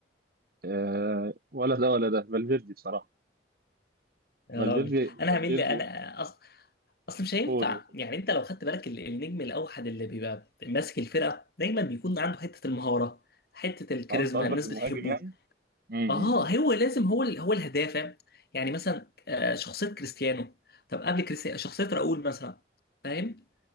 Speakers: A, on the right; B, on the left.
A: آه ولا ده ولا ده فالفيردي بصراحة
B: يا
A: فالفيردي
B: راجل انا
A: فالفيردي
B: هميل لي انا أص... اصل مش هينفع
A: قول قول.
B: يعني انت لو خدت بالك ال- النجم الاوحد اللي بيبقى ماسك الفرقه دايما بيكون عنده حته المهاره حته الكاريزما
A: اه انت قصدك
B: الناس
A: المهاجم
B: بتحبه
A: يعني؟ امم
B: اه هو لازم هو ال... هو الهداف فاهم؟ يعني مثلا آه، شخصيه كريستيانو طب قبل كريستيانو شخصيه راؤول مثلا فاهم